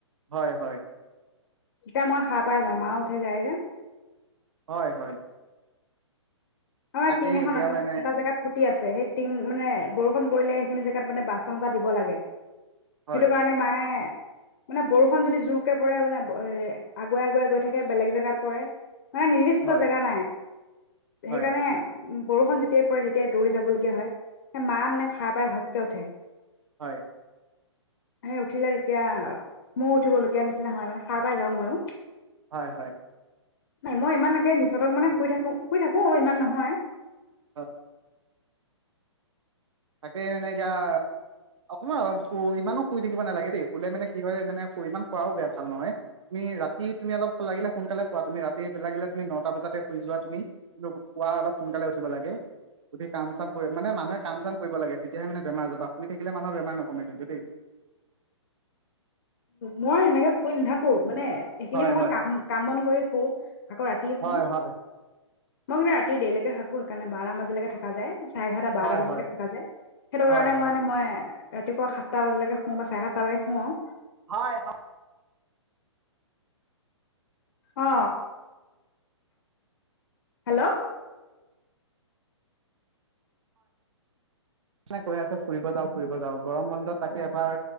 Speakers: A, on the right (about 75°); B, on the left (about 50°).
A: হয় হয়
B: তেতিয়া মই সাৰ পাই যাম আৰু উঠি যায় যে
A: হয় হয়
B: আমাৰ
A: তাকেই
B: টিং এখন
A: এতিয়া
B: এটা
A: মানে
B: এটা জেগাত ফুটি আছে সেই টিং মানে বৰষু কৰিলে সেইখিনি জেগাত মানে বাচন এটা দিব লাগে
A: হয়
B: সেইটো কাৰণে মায়ে মানে বৰষুণ যদি জোৰকে পৰে মানে এ আগুৱাই আগুৱাই গৈ থাকে বেলেগ জেগাত পৰে। মানে নিৰ্দিষ্ট
A: হয়
B: জেগা নাই।
A: হয়
B: সেইকাৰণে বৰষুণ যেতিয়াই পৰে তেতিয়াই দৌৰি যাব লগগীয়া হয়। সেই মা মানে সাৰ পাই ঘপকে উঠে।
A: হয়।
B: হ উঠিলে তেতিয়া ময়ো উঠিব লগগীয়া নিচিনা হয় মানে সাৰ পাই যাও ময়ো।
A: হয় হয়।
B: নাই মই ইমান একে নিচতক মানে শুই থাকো শুই থাকো অ ইমান নহয়
A: হয়। তাকে মানে এতিয়া অকমানু ইমানো শুই থাকিব নালাগে দেই। শুলে মানে কি হয় মানে ইমান শুৱাও বেয়া ভাল নহয়। তুমি ৰাতি তুমি অলপ লাগিলে সোনকালে শুৱা তুমি, ৰাতি পেলাগিলে তুমি নটা বজাতে শুই যোৱা তুমি। কিন্তু পুৱা অলপ সোনকালে উঠিব লাগে, উঠি কাম চাম মানে মানুহে কাম চাম কৰিব লাগে তেতিয়াহে মানে বেমাৰজ বা শুই থাকিলে মানুহৰ বেমাৰ নকমে কিন্তু দেই।
B: মই এনেকে শুই নাথাকো মানে এইখিনি
A: হয়
B: সময়ত
A: হয়
B: কাম বন কৰি শু আকৌ ৰাতি
A: হয়
B: শু
A: হয়।
B: মই কিন্তু ৰাতি দেৰলেকে থাকো সেইকাৰণে বাৰটা বজালেকে থাকা যায়। চাৰে এঘাৰটা বাৰটা
A: হয়
B: বাজিলৈকে
A: হয়
B: থকা যায়। সেইটো
A: হয়
B: কাৰণে মই মানে মই ৰাতিপোৱা সাতটা বজালেকে শুওঁ বা চাৰে সাতট লকে শু আও।
A: হয় হয়।
B: অ। হেল্ল'
A: কৈ আছে ফুৰিব যাও ফুৰিব যাওঁ, গৰম বন্ধত তাকে এবাৰ